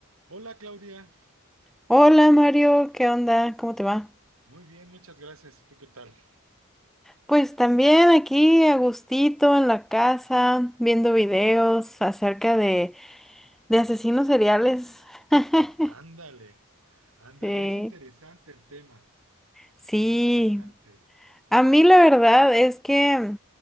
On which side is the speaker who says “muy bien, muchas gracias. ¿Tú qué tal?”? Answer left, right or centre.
Right